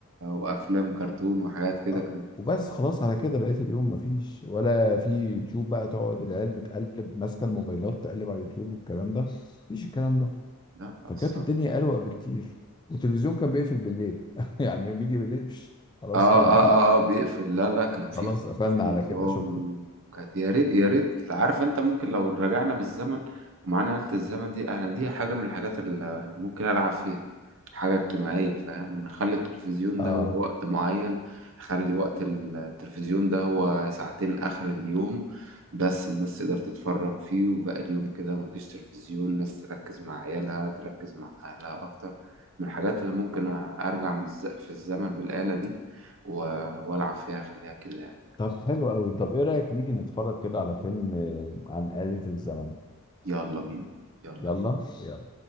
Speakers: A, on the right; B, on the left.
A: وافلام كرتون وحاجات كده
B: آه.
A: كانت
B: وبس خلاص على كده بقيت اليوم مفيش ولا في يوتيوب بقى تقعد العيال بتقلب ماسكة الموبايلات تقلب على اليوتيوب والكلام ده مفيش الكلام ده
A: لا لا
B: فكانت
A: الصراحه
B: الدنيا أروق بكتير والتلفزيون كان بيقفل بالليل <laughs> يعني بيجي بالليل بش. خلاص
A: اه
B: كده
A: اه
B: مفيش
A: اه اه بيقفل لا لا كان في
B: خلاص قفلنا
A: في
B: على
A: نظام
B: كده شكرا
A: وكانت يا ريت يا ريت عارف انت ممكن لو رجعنا بالزمن ومعانا آلة الزمن دي انا دي حاجة من الحاجات اللي ممكن العب فيها حاجة اجتماعية فاهم انا اخلي التلفزيون
B: اه
A: ده هو وقت معين اخلي وقت التلفزيون ده هو ساعتين اخر اليوم بس الناس تقدر تتفرج فيه وباقي اليوم كده مفيش تلفزيون الناس تركز مع عيالها تركز مع اهلها اكتر من الحاجات اللي ممكن ارجع من الز- في الزمن بالآلة دي و- والعب فيها خليها كده يعني.
B: طب حلو قوي طب ايه رأيك نيجي نتفرج كده على فيلم آه، عن آلة الزمن
A: يلا بينا يلا
B: يلا
A: بينا